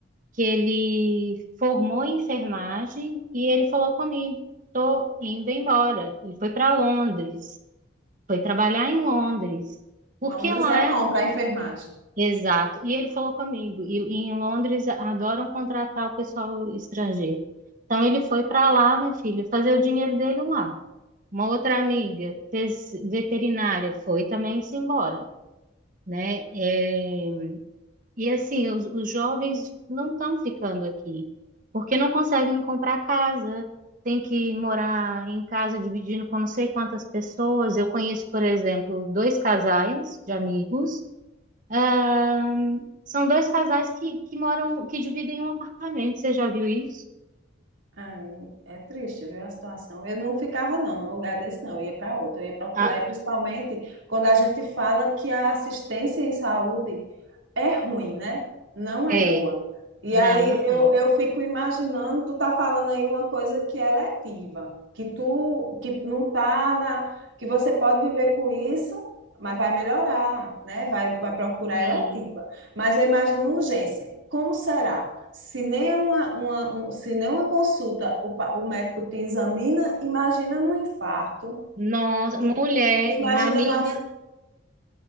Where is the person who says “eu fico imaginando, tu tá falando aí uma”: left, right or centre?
Right